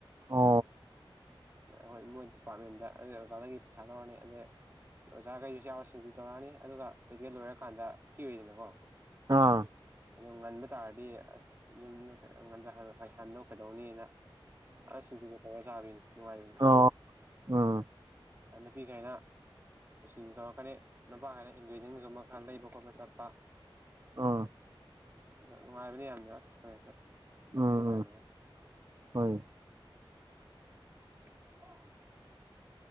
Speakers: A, on the right; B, on the right.
A: ꯑ
B: ꯑꯩꯈꯣꯏ ꯃꯣꯏ ꯗꯤꯄꯥꯔꯠꯃꯦꯟꯗ ꯑꯗꯩ ꯑꯣꯖꯥꯗꯒꯤ ꯄꯩꯁꯥ ꯂꯧꯔꯅꯤ ꯑꯗꯩ ꯑꯣꯖꯥꯈꯩꯁꯨ ꯌꯥꯎꯔ ꯁꯤꯡꯖꯨ ꯇꯧꯔꯛꯑꯅꯤ ꯑꯗꯨꯒ ꯄ꯭ꯔꯇꯤꯀꯦꯜ ꯂꯣꯏꯔꯀꯥꯟꯗ ꯐ꯭ꯔꯤ ꯑꯣꯏꯗꯅꯀꯣ
A: ꯑꯥ
B: ꯑꯗꯨ ꯉꯟꯕ ꯇꯥꯔꯗꯤ ꯑꯁ ꯌꯨꯝꯗꯣ ꯍꯟꯅ ꯍꯥꯜꯂ ꯀꯩꯗꯧꯅꯤꯅ ꯑ ꯁꯤꯡꯖꯨꯒ ꯇꯧꯔ ꯥꯆꯕꯤꯅꯤ ꯅꯨꯡꯉꯥꯏꯕꯅꯤ
A: ꯑ ꯎꯝ
B: ꯅꯨꯄꯤꯈꯩꯅ ꯁꯤꯡꯁꯨ ꯇꯧꯔꯛꯀꯅꯤ ꯅꯨꯄꯥꯈꯩꯅ ꯏꯟꯒ꯭ꯔꯤꯗꯤꯌꯦꯟꯁꯒꯨꯝꯕ ꯈꯔ ꯂꯩꯕ ꯈꯣꯠꯄ ꯆꯠꯄ
A: ꯑꯥ
B: ꯅꯨꯡꯉꯥꯏꯕꯅꯤ ꯌꯥꯝꯅ ꯑꯁ ꯍꯣꯏ ꯌꯥꯝꯊꯤ
A: ꯎꯝ
B: ꯅꯨꯡꯉꯥꯏꯕꯅꯦ
A: ꯎꯝ ꯍꯣꯏ
B: ꯍꯃꯣ